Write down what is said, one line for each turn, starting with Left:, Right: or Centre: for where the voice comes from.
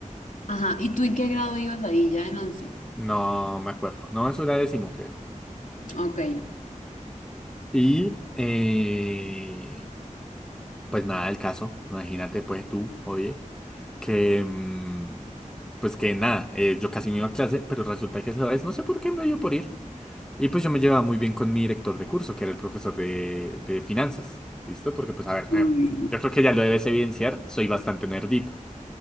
Left: Ajá. ¿Y tú en qué grado ibas ahí? Ya en once?
Centre: No me acuerdo. No, eso era décimo, creo.
Left: Ok.
Centre: Y eh, pues nada del caso. Imagínate, pues tú, oye, que mm, pues que nada, eh, yo casi no iba a clase, pero resulta que esa vez, no sé por qué me dio por ir. Y pues yo me llevaba muy bien con mi director de curso, que era el profesor de, de finanzas. ¿Listo? Porque pues a ver, eh,
Left: Uy,
Centre: yo creo que ya lo debes evidenciar, soy bastante nerdito.